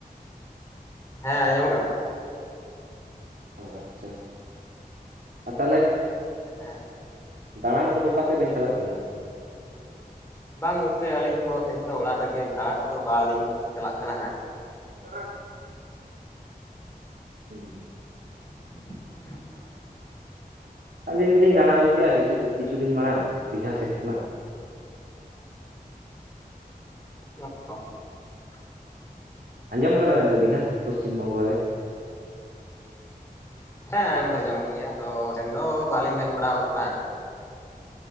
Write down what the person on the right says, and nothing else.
ᱚ ᱟᱪᱪᱷᱟ ᱟᱨ ᱛᱟᱦᱚᱞᱮ
ᱫᱟᱬᱟᱱ ᱠᱚᱫᱚ ᱚᱠᱟ ᱥᱮᱫ ᱵᱮᱱ ᱪᱟᱞᱟᱜ ᱠᱟᱱᱟ?
<inaudible> ᱦᱮᱸ
ᱟᱹᱞᱤᱧ ᱫᱚᱞᱤᱧ ᱫᱟᱬᱟ ᱟᱹᱜᱩᱮᱼᱟ ᱠᱤᱪᱷᱩ ᱠᱤᱪᱷᱩ ᱫᱤᱱ ᱢᱟᱲᱟᱝ ᱫᱤᱜᱷᱟ ᱥᱮᱫ ᱠᱷᱚᱱᱟᱜ᱾
ᱟᱸᱡᱚᱢ ᱠᱟᱫᱟ ᱵᱮᱱ ᱛᱚ ᱫᱤᱜᱷᱟ ᱯᱚᱥᱪᱤᱢ ᱵᱚᱝᱜᱚ ᱨᱮ᱾